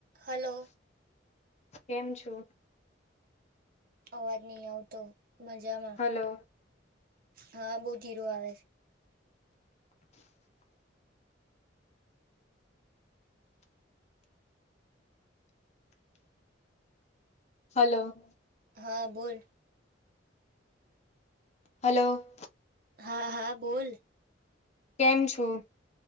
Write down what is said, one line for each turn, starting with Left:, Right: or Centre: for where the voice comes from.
Right: Hello.
Left: કેમ છો.
Right: અવાજ નહી આવતો મજામાં
Left: હલો
Right: હા બહુ ધીરો આવે છે.
Left: હલો.
Right: હ હા બોલ.
Left: હલો.
Right: હા હા બોલ.
Left: કેમ છો?